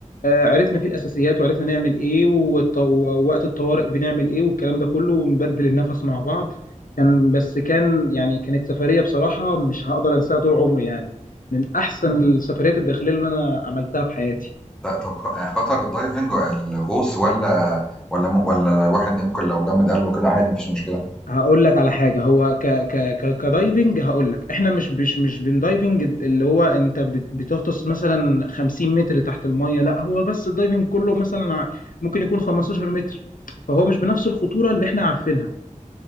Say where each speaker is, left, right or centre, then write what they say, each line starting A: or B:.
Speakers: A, on the left; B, in the centre.
A: آآ عرفنا فيه الأساسيات وعرفنا نعمل إيه والط ووقت الطوارئ بنعمل إيه والكلام ده كُلّه ونبدِّل النَفَس مع بعض، كان بس كان يعني كانت سفرية بصراحة مش هاقدر أنساها طول عمري يعني، من أحسن السفريات الداخلية اللي أنا عملتها في حياتي.
B: ط- طب خ- آه، خطر الدايفنج الغوص ولا ولا م- ولا الواحد ممكن لو جمد قلبه كده عادي مفيش مشكله
A: هاقول لك على حاجة هو ك ك ك كدايفنج هاقول لك احنا مش مش مش بندايفنج اللي هو انت بت- بتغطس مثلا 50 متر تحت المية لا هو بس الدايفنج كله مثلا ع- ممكن يكون 15 متر فهو مش بنفس الخطورة اللي احنا عارفينها